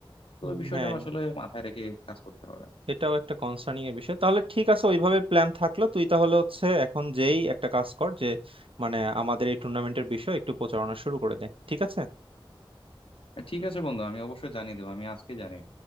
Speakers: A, on the left; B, on the right.
A: তো
B: উম,
A: ওই বিষয়টাও
B: হ্যাঁ
A: আসলে মাথায় রেখে কাজ করতে হবে
B: এটাও একটা কনসার্নিং এর বিষয় তাহলে ঠিক আছে ওইভাবে প্ল্যান থাকলো তুই তাহলে হচ্ছে এখন যেই একটা কাজ কর যে মানে আমাদের এই টুর্নামেন্টের বিষয় একটু প্রচারণা শুরু করে দে ঠিক আছে
A: ঠিক আছে বন্ধু আমি অবশ্যই জানিয়ে দেবো আমি আজকে জানিয়ে